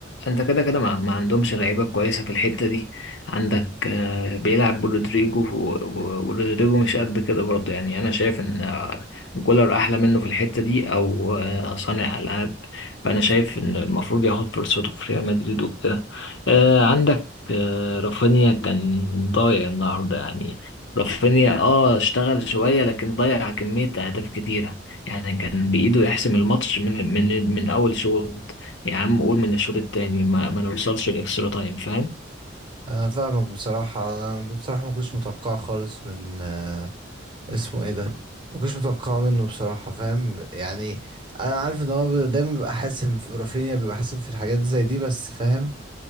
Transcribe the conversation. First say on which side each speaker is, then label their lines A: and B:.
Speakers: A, on the left; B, on the right.
A: انت كده كده ما ما عندهمش لعيبه كويسه في الحته دي عندك آه، بيلعب برودريجو و- و- ورودريجو مش قد كده برضه يعني انا شايف ان آه، كولر احلى منه في الحته دي او آه، صانع العاب فانا شايف ان المفروض ياخد فرصته في ريال مدريد وكده آه، عندك آه، رافينيا كان ضايع النهارده يعني رافينيا اه اشتغل شوية لكن ضيع كمية أهداف كتيرة يعني كان بإيده يحسم الماتش من من من أول شوط يا عم قول من الشوط التاني ما, ما نوصلش الإكسترا تايم فاهم
B: انا فاهمك بصراحة انا بصراحة ما كنتش متوقع خالص من آه، اسمه ايه ده ما كنتش متوقع منه بصراحة فاهم يعني انا عارف ان هو ب- دايما بيبقى حاسم في رافينيا بيبقى حاسم في الحاجات زي دي بس فاهم